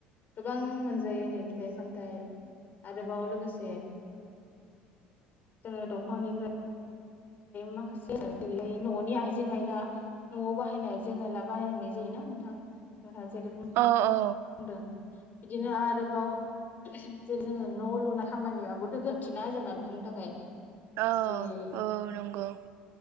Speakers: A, on the left; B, on the right.
A: गोबां मोनजायो नै फिथाइ सामथाइ आरोबाव लोगोसे जोङो दंफांनिफ्राय माखासे <inaudible> न'नि आइजें आइला न'आव बाहायनाय आइजें आइला बानायनाय जायोना नोंथां नोंहा जेरै
B: अ अ
A: बुंदों बिदिनो आरोबाव जेर जोङो न' लुनाय खामानियावाबोथ' गोरोन्थि ना जोंना दफांनि थाखाय
B: औ
A: जेरै
B: औ नंगौ